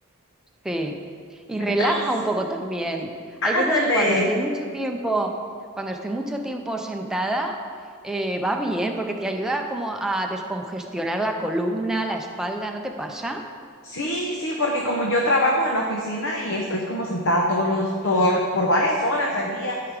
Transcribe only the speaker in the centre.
sí. Y relaja
un poco también. Hay veces
que cuando estoy mucho tiempo, cuando estoy mucho tiempo sentada, eh, va bien, porque te ayuda como a descongestionar la columna, la espalda, ¿no te pasa?